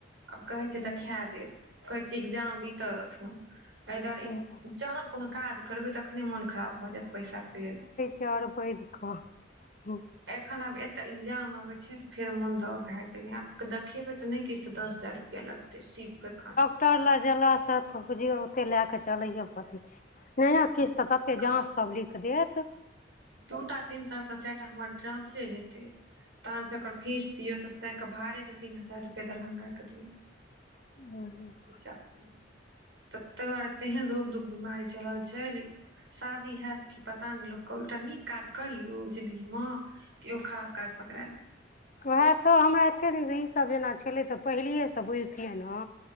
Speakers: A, on the right; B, on the left.
A: आ कहय छय
B: हूँ
A: देखे देब, कहय छी एग्जाम बीत देथुन। एहि दुआरे
B: हूँ
A: इ जहन कोनो काज करबै, तखने मोन खराब भ जेत पैसाके लेल।
B: से अरि बैद क हु।
A: एखन आब अत एग्जाम आबे छे, त फेर मन दब भेए गेलय,, आब देखेबे त नहि किछ त दस हजार रुपया लगतै। त शिवप्रखण्ड।
B: टर लग जेला स त बुझियौ, ओते ले क चलये परय छय। नहि किछु त तते
A: गाँव
B: जाँच सब लिख देत।
A: दूटा चिन्ता त चारिटा हमर जाँचे हेतय, तहन फेर ओकर फीस दिय। त सेके भाड़े दू तीन हजार रुपया दरभंगा के दियऔ,
B: हूँ
A: मिर्जापुर ततऽ दुआरे तेहन रोग दुग बिमारी चलल छै, जे शादी हेत की पता ने लोक कहु एकटा नीक काज करियौ, जिन्दगीमे की ओ खराब काज पकड़ा जायत।
B: उहे तऽ हमरा एते दिन से ईसभ जेना छलै, त पहिलियेस बुझतियै न।